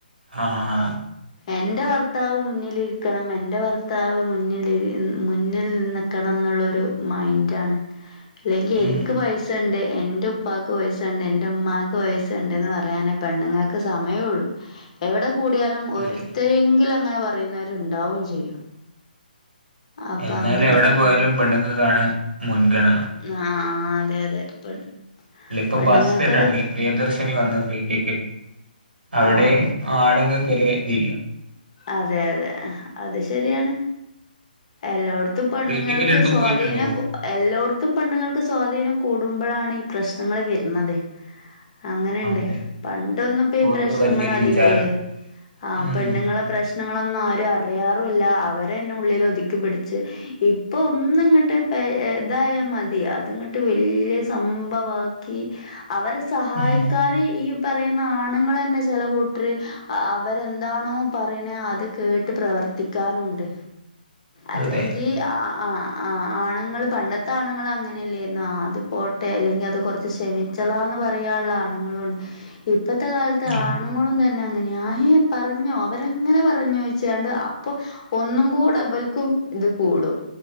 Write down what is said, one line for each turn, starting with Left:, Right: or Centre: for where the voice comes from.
Right: ആഹ്
Left: എന്റെ വർ ഭർത്താവ് മുന്നിലിരിക്കണം എൻ്റെ ഭർത്താവ് മുന്നിലി മുന്നിൽ നിക്കണംന്ന്ള്ളൊരു മൈൻഡാണ് ഇല്ലെങ്കി
Right: ഉം
Left: എനിക്ക് പൈസ പൈസണ്ട് എൻ്റെ ഉപ്പാക്ക് പൈസ്സണ്ട് എൻ്റെ ഉമ്മാക്ക് പൈസ്സണ്ട്ന്ന് പറയാനെ പെണ്ണുങ്ങക്ക് സമയൊള്ളു എവ്ടെ കൂടിയാലും ഒരുത്തരെങ്കിലും
Right: അതെ
Left: അങ്ങനെ പറയുന്നവരുണ്ടാവും ചെയ്യും അപ്പം
Right: എന്നാലും
Left: അങ്ങനെയൊക്കെയാണ്
Right: എവ്ടെ പോയാലും പെണ്ണുങ്ങക്കാണ് മുൻഗണന
Left: ആഹ് ആഹ് അതെ അതെ പെണ്ണ്
Right: ഇപ്പൊ
Left: പെണ്ണുങ്ങൾക്കത്
Right: ബസ്സെന്നെ കണ്ടില്ലെ പ്രിയദർശിനി വന്ന് ഫ്രീ ടിക്കറ്റ് അവ്ടെ
Left: ആ
Right: ആണുങ്ങക്കൊരുവെ ഇതില്ല
Left: അതെ അതെ അത് ശരിയാണ് എല്ലോട്ത്തും പെണ്ണുങ്ങൾക്ക്
Right: ഫ്രീ ടിക്കറ്റ് എടുത്ത്
Left: സ്വാധീനം
Right: പോയിട്ടുണ്ടോ
Left: എല്ലോട്ത്തും പെണ്ണുങ്ങൾക്ക് സ്വാധീനം കൂടുമ്പഴാണ് ഈ പ്രശ്നങ്ങള് വെർന്നത് അങ്ങനെണ്ട്
Right: ആ അതെ
Left: പണ്ടൊന്നും ഈ
Right: ഓർക്കൊരു
Left: പ്രശ്നങ്ങളധികല്ലേ
Right: വലിയൊരു വിചാരം
Left: ആഹ്
Right: ഉം
Left: പെണ്ണുങ്ങളെ പ്രശ്നങ്ങളൊന്നും ആരും അറിയാറുല്ല അവരെന്നെ ഉള്ളിൽ ഒതുക്കി പിടിച്ച് ഇ പ്പൊന്ന്ങ്ങ്ട്ട് പെ ഇതായ മതി അത്ങ്ങ്ട്ട് വല്യ സംഭവാക്കി അവരെ സഹായിക്കാന്
Right: ഉം
Left: ഈ പറയുന്ന ആണുങ്ങളന്നെ ചെല കൂട്ട്ര് അവരെന്താണോ പറയ്ണെ അത് കേട്ട് പ്രവർത്തിക്കാനുണ്ട് അല്ലെങ്കി
Right: അതെ
Left: ആഹ് ആഹ് ആഹ് ആഹ് ആണുങ്ങള് പണ്ടത്തെ ആണുങ്ങള അങ്ങനെല്ലെര്ന്നു ആഹ് അത് പോട്ടെ അല്ലെങ്കി അത് കൊറ്ച്ച് ക്ഷമി ച്ചളാന്ന് പറയാള്ള ആണുങ്ങളുണ്ട് ഇപ്പത്തെ കാലത്ത്
Right: ഉം
Left: ആണുങ്ങളും തന്നെ അങ്ങനെയ അയ് പറഞ്ഞോ അവ അങ്ങനെ പറഞ്ഞോ ചോയ്ച്ചാണ്ട് അപ്പൊ ഒന്നുംകൂട ഇവൽക്കും ഇത് കൂടും